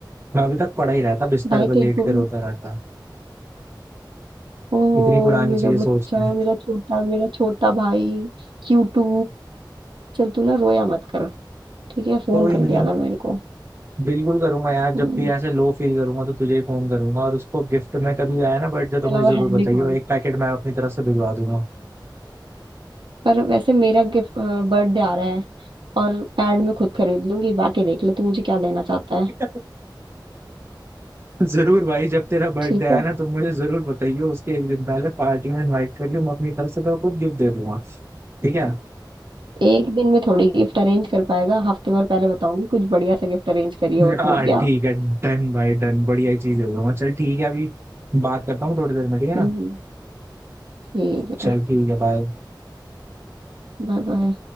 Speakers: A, on the right (about 30°); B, on the right (about 75°).
A: मैं अभी तक पढ़ा ही रहता बिस्तर
B: भाई
A: पर
B: तेरे
A: लेट
B: को
A: कर रोता रहता
B: ओ
A: इतनी पुरानी
B: मेरा
A: चीजें
B: बच्चा
A: सोचते हैं
B: मेरा छोटा मेरा छोटा भाई क्यूटू चल तू ना रोया मत कर ठीक है फोन
A: कोई
B: कर
A: नहीं
B: लिया कर मेरे को
A: बिल्कुल करूंगा यार जब
B: हम्म,
A: भी ऐसे लो फील करूंगा तो तुझे फोन करूंगा और उसको गिफ्ट में कभी आया ना बर्थडे
B: इसके
A: तो
B: अलावा
A: मुझे जरूर
B: है भी
A: बताइयो
B: कौन
A: एक पैकेट मैं अपनी तरफ से भिजवा दूंगा
B: पर वैसे मेरा गिफ्ट बर्थडे आ रहा है और पैड मैं खुद खरीद लूंगी बाकी देख ले तू मुझे क्या देना चाहता है
A: <laughs> जरूर भाई जब तेरा बर्थडे
B: ठीक
A: आया
B: है
A: ना तो मुझे जरूर बताइयो उसके एक दिन पहले पार्टी में इनवाइट करियो मैं अपनी तरफ से तो खुद गिफ्ट दे दूंगा ठीक है
B: एक दिन में थोड़ी गिफ्ट अरेंज कर पाएगा हफ्ते भर पहले बताऊंगी कुछ बढ़िया सा गिफ्ट अरेंज करिए वो समझ
A: हाँ
B: गया
A: ठीक है डन भाई डन बढ़िया ही चीज दे दूंगा चल ठीक है अभी बात करता हूँ थोड़ी देर में ठीक है ना
B: हम्म, ठीक
A: चल
B: है
A: ठीक है बाय
B: Bye bye